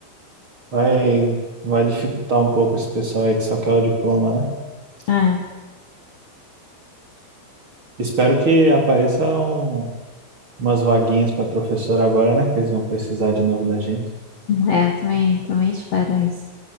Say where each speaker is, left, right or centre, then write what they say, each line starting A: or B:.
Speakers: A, on the right; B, on the left.
A: vai, vai dificultar um pouco esse pessoal aí que só quer o diploma, né?
B: É.
A: Espero que apareçam umas vaguinhas para professor agora, né? Que eles vão precisar de novo da gente.
B: É, eu também, também espero isso.